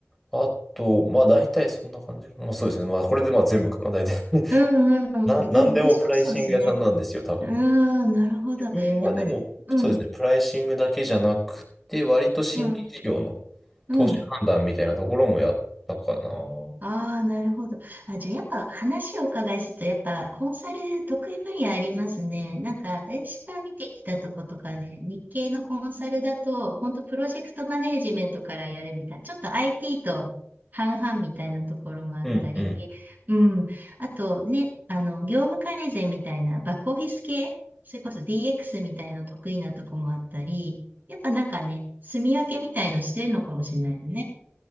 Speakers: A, in the centre; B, on the right (about 40°).
A: うな。あと、まあ大体そんな感じかな。まあそうですね。まあこれでまあ全部かな、大体。<laughs>
B: うん、うん。
A: なん、なんでもプライシング屋さんなんですよ、
B: でも面白そうですね。
A: 多分。
B: うーん、なるほど。
A: 自分はでも、
B: やっぱ、うん、
A: そうですね、プライシングだけじゃなくて、割と新規事業の
B: うん、うん。
A: 投資判断みたいなところもやったかな。
B: ああ、なるほど。あ、じゃあやっぱ話をお伺いすると、やっぱコンサル得意分野ありますね。なんか、私が見てきたとことかで、日系のコンサルだと、本当プロジェクトマネージメントからやるみたいな、ちょっと IT と半々みたいなところもあったり、
A: うんうん。
B: うん。あとね、あの、業務改善みたいな、バックオフィス系、それこそ DX みたいな得意なとこもあったり、やっぱなんかね、住み分けみたいのしてるのかもしれないよね。